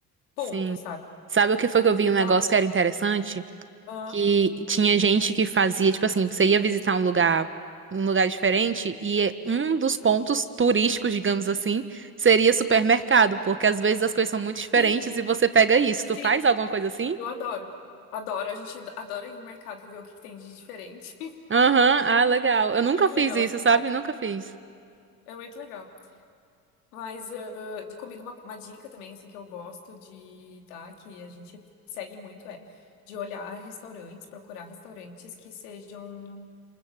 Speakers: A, on the left (about 75°); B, on the right (about 25°).
A: pontos,
B: sim.
A: sabe?
B: Sabe o que foi que eu vi
A: E
B: um negócio
A: daí,
B: que era interessante?
A: ah,
B: que tinha gente que fazia, tipo assim, você ia visitar um lugar, um lugar diferente e um dos pontos turísticos, digamos assim, seria supermercado, porque às vezes as coisas são muito diferentes
A: sim,
B: e você pega isso. Tu
A: sim,
B: faz alguma coisa assim?
A: eu adoro. Adoro, a gente adora ir em mercado e ver o que que tem de diferente. <laughs>
B: Aham, ah, legal. Eu
A: É
B: nunca
A: muito
B: fiz
A: legal
B: isso,
A: essa
B: sabe?
A: parte.
B: Nunca fiz.
A: É muito legal. Mas ah, de comida, uma, uma dica também, assim, que eu gosto de dar, que a gente segue muito, é de olhar restaurantes, procurar restaurantes que sejam